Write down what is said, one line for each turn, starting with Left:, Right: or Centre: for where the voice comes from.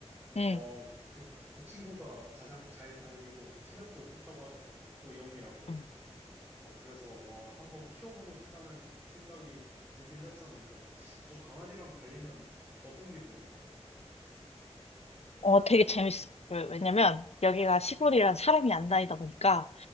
Left: 응,
Right: 어, 그, 그 친구가 가장 잘 달리고, 체력도 좋다고 하더라고. 또 영리하고.
Left: 응.
Right: 어, 그래서, 와, 한번 키워보고 싶다는 생각이 들긴 했었는데, 어, 강아지랑 달리면 어떤 기분이야?
Left: 어, 되게 재밌어. 왜- 왜냐면 여기가 시골이라 사람이 안 다니다 보니까